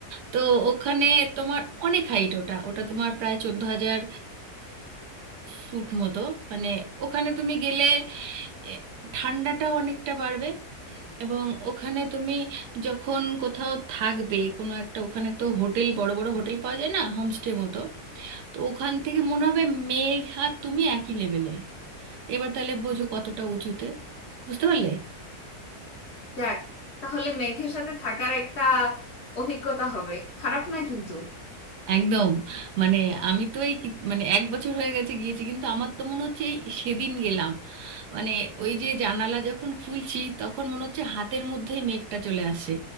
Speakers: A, on the right (about 85°); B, on the left (about 55°).
A: তো ওখানে তোমার অনেক হাইট ওটা ওটা তোমার প্রায় চোদ্দ হাজার ফুট মতো মানে ওখানে তুমি গেলে এ, ঠান্ডাটাও অনেকটা বাড়বে এবং ওখানে তুমি যখন কোথাও থাকবে কোনো একটা ওখানে তো হোটেল বড় বড় হোটেল পাওয়া যায় না হোমস্টে মতো তো ওখান থেকে মনে হবে মেঘ আর তুমি একই লেভেলে এবার তাহলে বোঝো কতটা উঁচুতে বুঝতে পারলে
B: যাক তাহলে মেঘের সাথে থাকার একটা অভিজ্ঞতা হবে খারাপ না কিন্তু
A: একদম মানে আমি তো এই কি- মানে এক বছর হয়ে গেছে গিয়েছি কিন্তু আমার তো মনে হচ্ছে এই সেদিন গেলাম মানে ওই যে জানালা যখন খুলছি তখন মনে হচ্ছে হাতের মধ্যেই মেঘটা চলে আসে